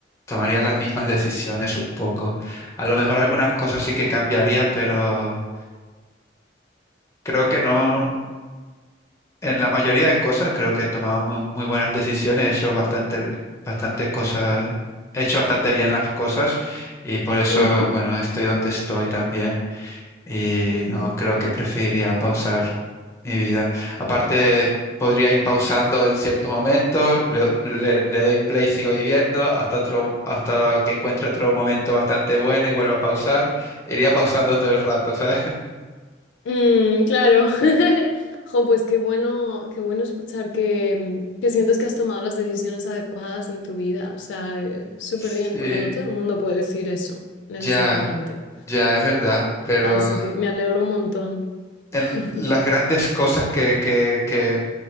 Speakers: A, on the left (about 15°); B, on the left (about 80°).
A: tomaría las mismas decisiones un poco. A lo mejor algunas cosas sí que cambiaría, pero creo que no. En la mayoría de cosas creo que he tomado mu- muy, buenas decisiones, he hecho bastante, bastante cosas, he hecho bastante bien las cosas y por eso,
B: Ujú,
A: bueno, estoy donde estoy también. Y
B: ujú.
A: no, creo que preferiría pausar mi vida. Aparte, podría ir pausando en ciertos momentos, le, le- le doy play, sigo viviendo, hasta otro, hasta que encuentre otro momento bastante bueno y vuelvo a pausar. Iría pausando todo el rato, ¿sabes? <laughs>
B: Mm, claro. <laughs> Jo, pues qué bueno, qué bueno escuchar que, que sientes que has tomado las decisiones adecuadas en tu vida. O sea, eh, súper
A: Sí,
B: bien, porque no todo el mundo puede decir eso necesariamente.
A: ya, ya es verdad, pero
B: Así que me alegro un montón.
A: en
B: <laughs>
A: las grandes cosas que, que, que